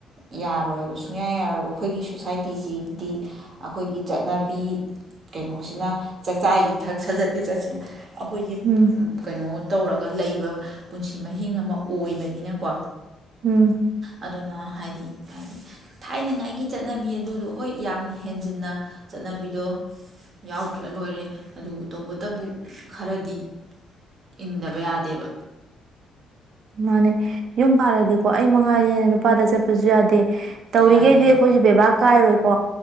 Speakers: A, on the right; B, on the right.
A: ꯌꯥꯔꯣꯏꯕ ꯁꯨꯡꯌꯥ ꯌꯥꯔꯣꯏꯕ ꯑꯩꯈꯣꯏꯒꯤ ꯁꯣꯁꯥꯏꯇꯤꯁꯤꯗꯤ ꯑꯩꯈꯣꯏꯒꯤ ꯆꯠꯅꯕꯤ ꯀꯩꯅꯣꯁꯤꯅ ꯆꯥꯛꯆꯥꯏ ꯌꯨꯊꯛ ꯁꯥꯖꯠ ꯂꯤꯆꯠꯁꯤꯅ ꯑꯩꯈꯣꯏꯒꯤ
B: ꯎꯝ
A: ꯀꯩꯅꯣ ꯇꯧꯔꯛ ꯒ ꯂꯩꯕ ꯄꯨꯟꯁꯤ ꯃꯍꯤꯡ ꯑꯃ ꯑꯣꯏꯕꯅꯤꯅꯀꯣ
B: ꯎꯝ
A: ꯑꯗꯨꯅ ꯍꯥꯏꯗꯤ ꯍꯥꯏꯗꯤ ꯊꯥꯏꯅꯉꯩꯒꯤ ꯆꯠꯅꯕꯤ ꯑꯗꯨꯗ ꯍꯣꯏ ꯌꯥꯝꯅ ꯍꯦꯟꯖꯤꯟꯅ ꯆꯠꯅꯕꯤꯗꯣ ꯌꯥꯎꯗ꯭ꯔ ꯂꯣꯏꯔꯦ ꯑꯗꯨꯕꯨ ꯇꯧꯕꯇꯕꯨ ꯈꯔꯗꯤ ꯏꯟꯗꯕ ꯕ ꯌꯥꯗꯦꯕ
B: ꯃꯥꯅꯦ ꯌꯨꯝ ꯄꯥꯟꯂꯗꯤꯕ ꯀꯣ ꯑꯩ ꯃꯉꯥꯏꯔꯦꯅ ꯅꯨꯄꯥꯗ ꯆꯠꯄꯁꯨ ꯌꯥꯗꯦ ꯇꯧꯔꯤꯈꯩꯗꯤ
A: ꯌꯥꯗꯦꯕ
B: ꯑꯩꯈꯣꯏꯁꯨꯦ ꯕꯦꯕꯥꯔ ꯀꯥꯏꯔꯣꯏꯀꯣ